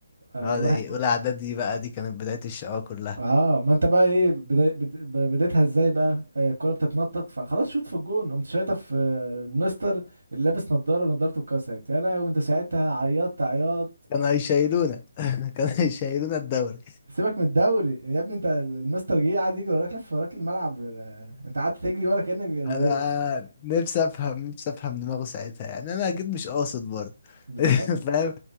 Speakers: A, on the right; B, on the left.
A: اه
B: اه
A: واحد-
B: دي اولى اعدادي بقى دي كانت بداية الشقاوة كلها
A: آه، ما انت بقى ايه بدا- بد- ب- بديتها ازاي بقى آه، الكوره بتتنطط فخلاص شوت في الجون قمت شايطه في آه، المستر اللي لابس نضاره ونضارته اتكسرت يا لهوي وانت ساعتها عيطت عياط
B: كانوا هيشيلونا <laughs> كانوا هيشيلونا الدوري
A: سيبك من الدوري يا ابني انت المستر جه قعد يجري وراك لف وراك الملعب آه، انت قعدت تجري ولا كانك
B: انا
A: بي-
B: نفسي افهم نفسي افهم دماغه ساعتها يعني انا اكيد مش قاصد برضه
A: بالظبط
B: <laughs> فاهم